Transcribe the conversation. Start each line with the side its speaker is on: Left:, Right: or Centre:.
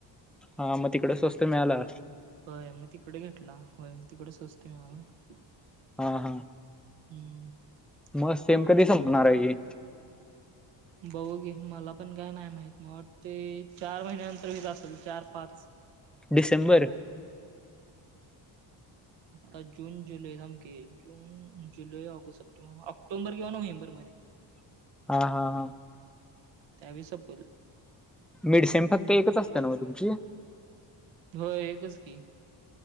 Centre: हा मग तिकडे
Right: आप
Centre: स्वस्त मिळाला.
Right: होय मग तिकडे घेेतला हो तिकडे स्वस्त मिळाला.
Centre: ह हा
Right: हम्म
Centre: मग सेम
Right: तू
Centre: कधी संपणार आहे हे
Right: बघू की मला पण काय नाही? माहित मला वाट ते चार महिन्यानंतर होेत असेल. चार पाच
Centre: डिसेंबर
Right: आता जून जुलै बघूया की जून जुलै ऑगस्ट सप्टेंबर ऑक्टोंबर किंवा नोव्हेंबर मध्ये
Centre: हा हा हा
Right: त्यावेळी सपल.
Centre: मिडसेम फक्त एकच असतं ना मग तुमची
Right: हो एकच की,